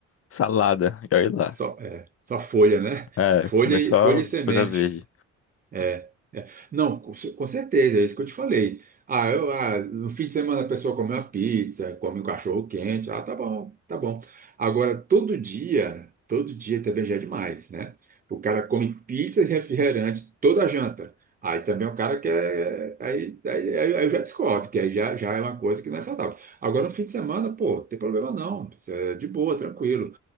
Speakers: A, on the left; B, on the right.
A: salada. E olha lá.
B: Só, é, só folha, né?
A: É,
B: Folha
A: começou
B: e, folha
A: a
B: e semente.
A: coisa verde.
B: É, Não, com, cer- com certeza, é isso que eu te falei. Ah, eu, ah, no fim de semana a pessoa come uma pizza, come um cachorro quente, ah, tá bom, tá bom. Agora, todo dia, todo dia também já é demais, né? O cara come pizza e refrigerante toda a janta. Aí também o cara quer. Aí, aí, aí, aí já descobre, que aí já, já é uma coisa que não é saudável. Agora, no fim de semana, pô, não tem problema não, isso é de boa, tranquilo.